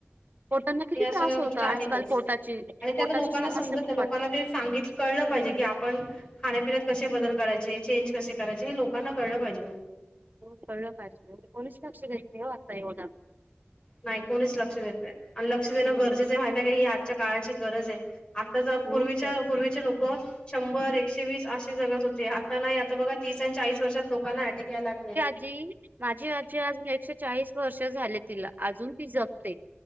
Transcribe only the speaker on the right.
पोटांना किती
त्रास
होत आजकाल
पोटाची
पोटाची
समस्या
खूप
वाढली.
हम्म.
हम्म.
हो कळल पाईजे, कोणीस लक्ष घेत नयी ओ अता येवद
हम्म.
खूप
गरज
आहे.
जी माझी आजी अजून एकशे चाळीस वर्ष झाले तिला अजून ती जपते